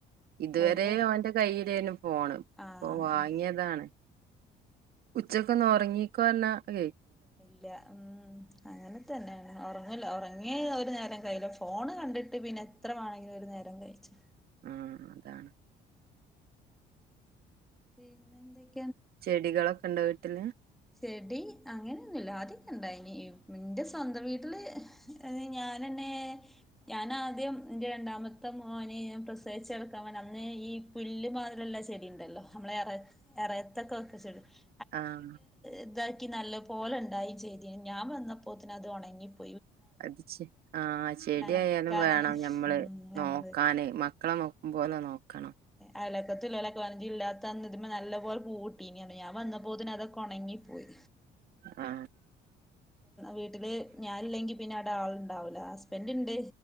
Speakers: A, on the right; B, in the centre.
A: ഇതുവരെ
B: ഓല്
A: ഓന്റെ കയ്യിൽ <unintelligible> നും പോണം
B: ആ
A: ഇപ്പ വാങ്ങിയതാണ് ഉച്ച ഒക്കൊന്ന് ഉറങ്ങിക്കൊന്നാ അ
B: ഇല്ല ഉ അങ്ങനെ തന്നെയാണ് ഉറങ്ങല ഉറങ്ങിയ ഒരു നേരം കയ്യില ഫോണ് കണ്ടിട്ട് പിന്നെ എത്ര വേണെങ്കിലും ഒരു നേരം കഴിച്ചു
A: ഉം അതാണ്
B: പിന്നെ എന്ത.
A: ചെടികളൊക്കെ ഉണ്ടോ വീ പിന്നെ
B: ചെടി അങ്ങനെയൊന്നുല്ല ആദ്യ ഒക്കെ ഇണ്ടായിനി എന്റെ സ്വന്തം വീട്ടില് ഞാനെന്നെ ഞാനാദ്യം എന്റെ രണ്ടാമത്തെ മോനെ ഞാൻ പ്രസവിച്ച എടുക്കാൻ വേണ്ട അന്ന് ഈ പുല്ല് മാതിലല്ലാ ചെടി ഉണ്ടല്ലോ നമ്മളെറ ഇറയത്തൊക്കെ <inaudible>
A: ആഹ
B: ഇതാക്കി നല്ല പോലെ ഉണ്ടായും ചെയ്തിന് ഞാൻ വന്നപ്പോത്തന് അത് ഉണങ്ങി പോ
A: അത്ചെആഹ ചെടിആയാലും
B: നനക്കാനൊന്നും
A: വേണം ഞമ്മള്
B: ഉം നമ്മള്
A: നോക്കാന് മക്കളെ നോക്കും പോലെ നോക്കണം
B: അയലക്കത്ത്ള്ളോലക്കെ പറ ജ് ഇല്ലാത്തന്ന് ഇതിമ്മ നല്ല പോലെ പൂവിട്ടീഞ്ഞി ഞാ വന്നപ്പോതിനന് അതെ ഒണങ്ങി പോയി
A: ആ
B: വീട്ടില് ഞാനില്ലെങ്കി പിന്നെ അട ആൾണ്ടാവൂല ഹസ്ബൻഡ് ഇണ്ട്